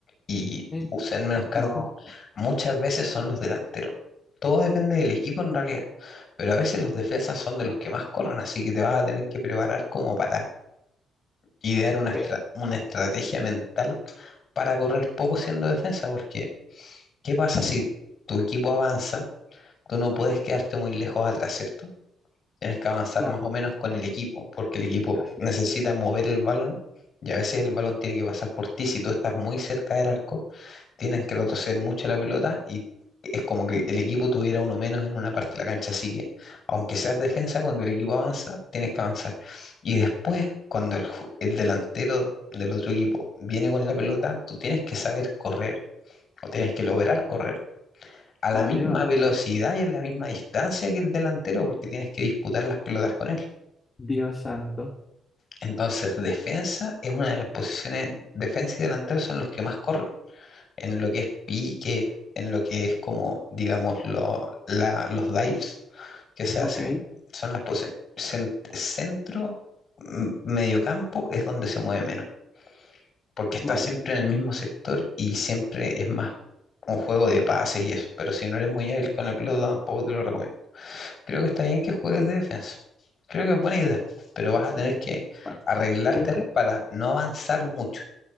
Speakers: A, on the left; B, on the left.
A: y
B: Eh,
A: usan menos cardio
B: No,
A: muchas veces son los delanteros. Todo depende del equipo en realidad, pero a veces los defensas son de los que más corren, así que te vas a tener que preparar como para idear una,
B: ok.
A: estra- una estrategia mental para correr poco siendo defensa, porque ¿qué pasa si
B: Mm,
A: tu equipo avanza? Tú no puedes quedarte muy lejos atrás, ¿cierto? Tienes que avanzar
B: Claro,
A: más o menos con el equipo, porque el equipo
B: así
A: necesita
B: es.
A: mover el balón y a veces el balón tiene que pasar por ti. Si tú estás muy cerca del arco, tienen que retroceder mucho la pelota y es como que el equipo tuviera uno menos en una parte de la cancha. Así que, aunque seas defensa, cuando el equipo avanza, tienes que avanzar. Y después, cuando el, ju- el delantero del otro equipo viene con la pelota, tú tienes que saber correr o tienes que lograr correr a la
B: Vale,
A: misma
B: vale.
A: velocidad y a la misma distancia que el delantero, porque tienes que disputar las pelotas con él.
B: Dios santo.
A: Entonces, defensa es una de las posiciones, defensa y delantero son los que más corren, en lo que es pique, en lo que es como, digamos, lo- la- los dives que se hacen,
B: Ok,
A: son las posiciones. centro, m- mediocampo es donde se mueve menos, porque está
B: vale,
A: siempre en el mismo sector y siempre es más un juego de pases y eso, pero si no eres muy hábil con el pelota, tampoco te lo recomiendo. Creo que está bien que juegues de defensa. Creo que es buena idea, pero vas a tener que
B: vale.
A: arreglártelas
B: Creo que,
A: para no avanzar mucho.